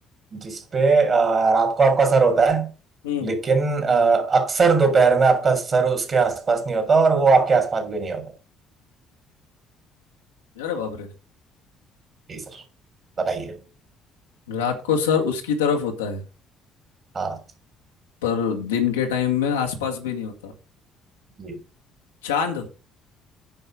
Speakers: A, on the right (about 40°); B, on the left (about 75°).
A: जिसपे अ, रात को आपका सर होता है
B: हम्म
A: लेकिन अ, अक्सर दोपहर में आपका सर उसके आसपास नहीं होता और वो आपके आसपास भी नहीं होता
B: अरे बाप रे
A: जी सर बताइए
B: रात को सर उसकी तरफ होता है
A: हाँ
B: पर दिन के टाइम में आसपास भी नहीं होता
A: जी
B: चांद